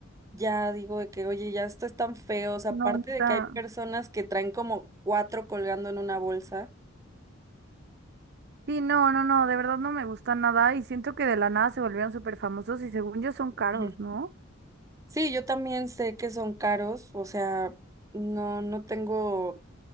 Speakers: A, on the right; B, on the right.
A: ya digo de que, oye, ya estos están feos, aparte
B: No, neta.
A: de que hay personas que traen como cuatro colgando en una bolsa.
B: Sí, no, no, no, de verdad no me gusta nada y siento que de la nada se volvieron súper famosos y según yo son
A: <clears throat>
B: caros, ¿no?
A: Sí, yo también sé que son caros, o sea, no, no tengo